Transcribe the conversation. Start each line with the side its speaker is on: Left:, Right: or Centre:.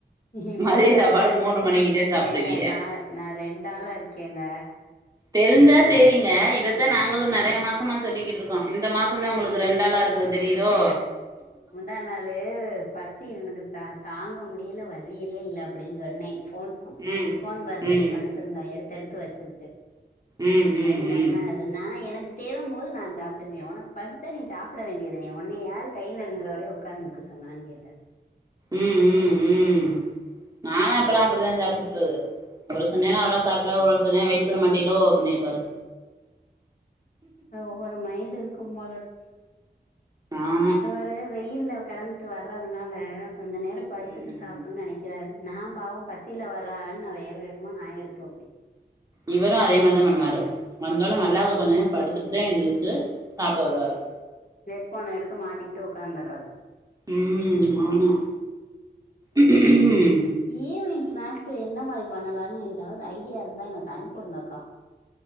Left: இப்பல்லா
Right: மதிய
Left: வெள்ளண
Right: சாப்பாடு மூணு மணிக்குதா சாப்டுவீய
Left: ஏங்க நா நா ரெண்டு ஆளா இருக்கேங்க
Right: தெரிஞ்சா சேரிங்க இதத்தே நாங்களு நெறயா மாசமா சொல்லிக்கிட்டு இருக்கோ இந்த மாசோ தா ஒங்களுக்கு ரெண்டு ஆளா இருக்க றது தெரியுதோ
Left: முந்தா நாளு பசி எனக்கு தா தாங்க முடியல வர்றீகளா இல்ல அப்டின் சொன்னே போன்
Right: ம்
Left: போன் பாத்துக்கிட்டு
Right: ம்
Left: படுத்திருந்தா எடுத்து எடுத்து வச்சுக்கிட்டு
Right: ம்
Left: அதே
Right: ம்
Left: சொன்னாரு
Right: ம்
Left: நா எனக்கு தேவ போது நா சாப்ட்டுக்குவே ஒனக்கு பசிச்சா நீ சாப்ட வேண்டியதானே ஒன்னய யாரு கை ங்கிறவரையு ஒக்காந்திருக்க சொன்னானு கேட்டாரு
Right: ம் ம் ம் நாலா இப்பெல்லா அப்டித்தா சாப்பிட்டுறது ஒரு சில நேரோ அவரா சாப்ட்ருவாரு ஒரு சில நேரோ வெயிட் பண்ண மாட்டீளோ அப்டின்னு கேப்பாரு
Left: ஒவ்வொரு மைண்ட் இருக்கும் போலருக்கு
Right: ஆமா
Left: இவரு வெயில்ல கெடந்துட்டு வர்றதுனால கொஞ்ச நேரோ படுத்துட்டு
Right: ம்
Left: சாப்ன்னு நெனக்கிறாரு நா பாவோ பசில வர்றாகனு நா வேக வேகமா நா எடுத்து வப்பே
Right: இவரு அதே மாரிதா பண்ணுவாரு வந்தொடனே மல்லாக்கா கொஞ்சோ நேரொ படுத்துட்டுதா எந்திரிச்சு சாப்ட வருவாரு
Left: ஹெட் போனே எடுத்து மாட்டிக்கிட்டு உட்காந்தறது
Right: உம் ஆமா ம்
Left: ஈவ்னிங் ஸ்நாக்ஸ் என்ன மாரி பண்ணலானு ஏதாவது ஐடியா இருந்தா எனக்கு அனுப்புடுங்க அக்கா